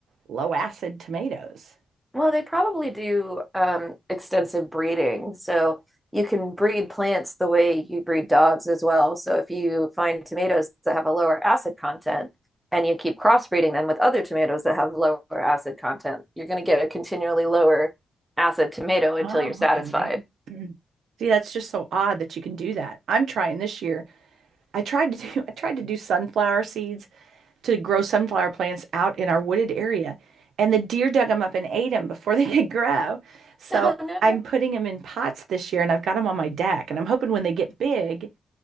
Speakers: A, on the right; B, in the centre.
A: low acid tomatoes.
B: Well, they probably do um, extensive breeding. So you can breed plants the way you breed dogs as well. So if you find tomatoes that have a lower acid content and you keep crossbreeding them with other tomatoes that have lower acid content, you're going to get a continually lower acid tomato until
A: Oh,
B: you're satisfied.
A: okay.
B: <laughs>
A: Mhm. See, that's just so odd that you can do that. I'm trying this year. I tried to do <laughs> I tried to do sunflower seeds. to grow sunflower plants out in our wooded area. And the deer dug them up and ate them before <laughs> they could grow. So
B: Oh no.
A: I'm putting them in pots this year and I've got them on my deck. And I'm hoping when they get big,